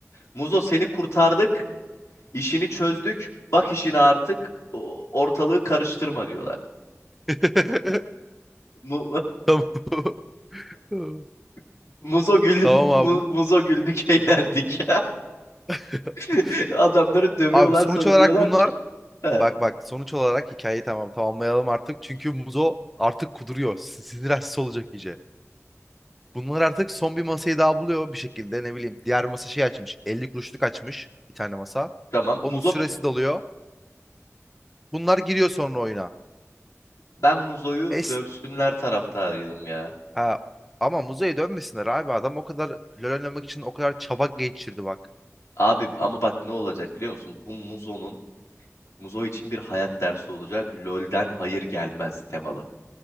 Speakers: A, on the left (about 75°); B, in the centre.
A: Muzo seni kurtardık, işini çözdük. Bak işine artık o- ortalığı karıştırma diyorlar.
B: <laughs>
A: Mu
B: Tamam. <laughs>
A: <laughs> Muzo güldük,
B: Tamam abi.
A: Mu- Muzo güldük, <laughs> eğlendik.
B: <laughs>
A: <laughs> Adamları dövüyorlar
B: Abi sonuç
A: sonra
B: olarak
A: diyorlar
B: bunlar
A: ki. "He,
B: bak bak sonuç olarak hikayeyi tamam tamamlayalım artık. Çünkü Muzo artık kuduruyor. Si- Sinir hastası olacak iyice. Bunlar artık son bir masayı daha buluyor bir şekilde ne bileyim. Diğer masa şey açmış. elli kuruşluk açmış bir tane masa.
A: tamam Muzo
B: Onun süresi doluyor. Bunlar giriyor sonra oyuna.
A: ben Muzo'yu
B: Es
A: dövsünler taraftarıydım ya.
B: ha, ama Muzo'ya dönmesinler abi. Adam o kadar LoL oynamak için o kadar çaba geçirdi bak.
A: Abi ama
B: Yani.
A: bak ne olacak biliyor musun? Bu Muzo'nun Muzo için bir hayat dersi olacak. LoL'den hayır gelmez temalı.